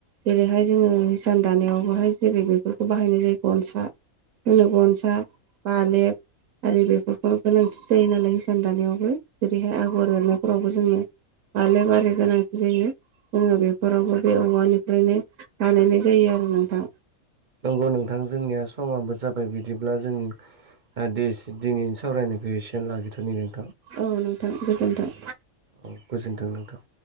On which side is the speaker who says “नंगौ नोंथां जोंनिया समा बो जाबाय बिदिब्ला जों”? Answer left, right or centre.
Right